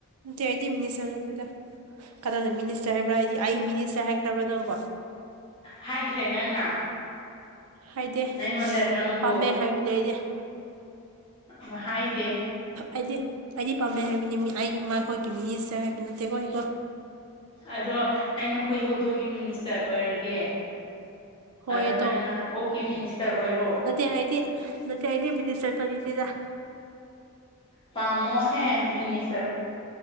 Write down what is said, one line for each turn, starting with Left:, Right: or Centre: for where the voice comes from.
Right: ꯅꯠꯇꯦ ꯑꯩꯗꯤ ꯃꯤꯅꯤꯁꯇꯔ ꯅꯠꯇꯦꯗ ꯀꯗꯥꯏꯗ ꯃꯤꯅꯤꯁꯇꯔ ꯍꯥꯏꯕ꯭ꯔꯥ ꯑꯩꯗꯤ ꯑꯩ ꯃꯤꯅꯤꯁꯇꯔ ꯍꯥꯏꯈ꯭ꯔꯕ꯭ꯔꯣ ꯅꯪꯕꯣ
Left: ꯍꯥꯏꯈ꯭ꯔꯦ ꯅꯪꯅ
Right: ꯍꯥꯏꯗꯦ
Left: ꯑꯩꯉꯣꯟꯗ ꯅꯪꯕꯨ
Right: ꯄꯥꯝꯃꯦ ꯍꯥꯏꯕꯅꯤ ꯑꯩꯗꯤ
Left: ꯑꯥ ꯍꯥꯏꯗꯦ
Right: ꯑꯩꯗꯤ ꯑꯩꯗꯤ ꯄꯥꯝꯃꯦ ꯍꯥꯏꯕꯅꯤ ꯃꯤ ꯑꯩꯒꯤ ꯃꯈꯣꯏꯒꯤ ꯃꯤꯅꯤꯁꯇꯔ ꯍꯥꯏꯕ ꯅꯠꯇꯦꯀꯣ ꯑꯩꯀꯣ
Left: ꯑꯗꯣ ꯑꯩꯅ ꯍꯨꯏ ꯍꯧꯗꯣꯡꯒꯤ ꯃꯤꯅꯤꯁꯇꯔ ꯑꯣꯏꯔꯒꯦ
Right: ꯍꯣꯏ
Left: ꯑꯗꯣ ꯅꯪꯅ ꯑꯣꯛꯀꯤ ꯃꯤꯅꯤꯁꯇꯔ ꯑꯣꯏꯔꯣ
Right: ꯍꯥꯏꯗꯤ ꯅꯠꯇ ꯑꯩꯗꯤ ꯃꯤꯅꯤꯁꯇꯔ ꯇꯧꯅꯤꯡꯗꯦꯗ
Left: ꯄꯝꯃꯣꯍꯦ ꯃꯤꯅꯤꯁ